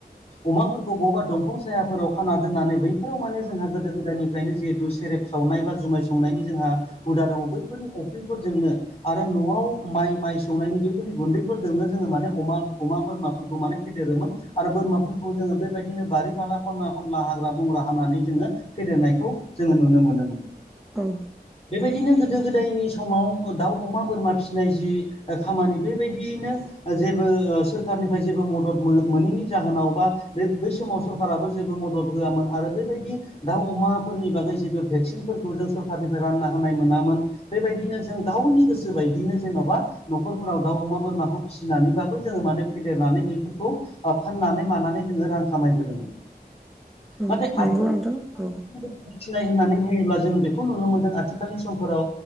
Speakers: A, on the left; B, in the centre.
A: अमाफोरखौ बबावबा दंफां सायाफोराव खाना दोननानै बैफोराव माने जोंहा गोदो गोदायनिफ्रायनो जिहेतु सेरेब सावनाय बा जुमाय संनायनि जोंहा हुदा दङ बैफोरनि अफ्रिफोरजोंनो आरो न'आव माइ माइ सौनायनि बेफोरनि गुन्दैफोरजोंनो जोङो माने अमा अमा बोरमाफोरखौ माने फेदेरोमोन आरो बोरमाफोरखौ जोङो बेबायदिनो बारि फाला फला खनला हाग्रा बंग्रा हानानै जोङो फेदेरनायखौ जोङो नुनो मोनोमोन
B: औ
A: बेबायदिनो गोदो गोदायनि समाव दाउ अमा बोरमा फिसिनाय जि खामानि बेबायदियैनो जेबो ओ सोरखारनिफ्राय जेबो मदद मो मोनैनि जाहोनाव बा बे बै समाव सोरखाराबो जेबो मदद होआमोन आरो बेबायदि दाउ अमाफोरनि बागै जेबो भेक्सिनफोरखौ जों सरखारारनिफ्राय रानना होनाय मोनामोन बेबायदिनो जों गावनि गोसो बायदिनो जेन'बा न'खरफोराव दाउ अमा बोरमाखौ फिनानैबाबो जोङो माने फेदेरनानै बेफोरखौ फाननानै मानानै जोङो रां खामायबोदों
B: औ
A: नाथाय आथ
B: नंगौ नोंथां औ
A: <unintelligible> फिनाय होननानै बुङोब्ला जों बेखौ नुनो मोनदों आथिखालनि समफोराव